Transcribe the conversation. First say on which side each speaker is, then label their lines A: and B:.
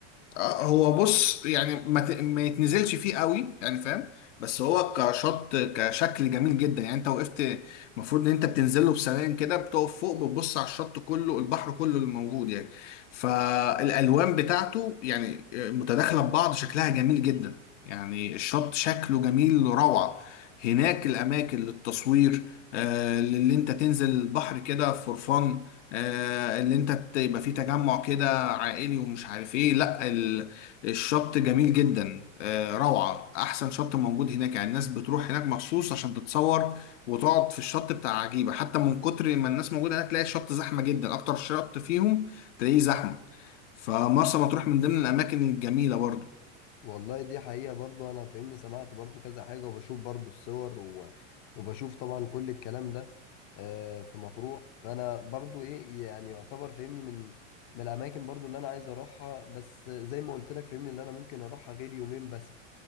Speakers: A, on the left (about 70°); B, on the left (about 35°).
A: اه هو بص يعني ما, ت... ما يتنزلش فيه قوي يعني فاهم بس هو كشط كشكل جميل جدا يعني انت وقفت المفروض ان انت بتنزل له بسلام كده بتقف فوق بتبص على الشط كله البحر كله اللي موجود يعني فالالوان بتاعته يعني آه، متداخله ببعض شكلها جميل جدا يعني الشط شكله جميل روعه هناك الاماكن للتصوير آه اللي انت تنزل البحر كده فور فن آه اللي انت يبقى فيه تجمع كده عائلي ومش عارف ايه لا ال- الشط جميل جدا آه، روعة احسن شط موجود هناك يعني الناس بتروح هناك مخصوص عشان تتصور وتقعد في الشط بتاع عجيبة حتى من كتر ما الناس موجودة هناك تلاقي الشط زحمة جدا اكتر شط فيهم تلاقيه زحمة فمرسى مطروح من ضمن الاماكن الجميلة برضه
B: والله دي حقيقة برضو أنا فاهمني سمعت برضو كذا حاجة وبشوف برضو الصور و... وبشوف طبعا كل الكلام ده آه، في مطروح فأنا برضو إيه يعني يعتبر فاهمني من من الأماكن برضو اللي أنا عايز أروحها بس زي ما قلت لك فاهمني اللي أنا ممكن أروحها غير يومين بس